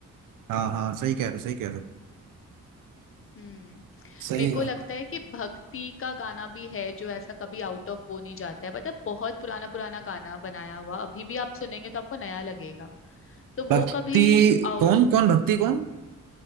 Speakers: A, on the right (about 85°); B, on the left (about 40°).
A: हाँ हाँ सही कह रहे हो, सही कह रहे हो।
B: हम्म
A: सही
B: मेरे को
A: है
B: लगता है कि भक्ति का गाना भी है जो ऐसा कभी आउट ऑफ वो नहीं जाता है मतलब बहुत पुराना पुराना गाना बनाया हुआ अभी भी आप सुनेंगे तो आपको नया लगेगा तो
A: भक्ति
B: वो कभी और
A: कौन कौन भक्ति कौन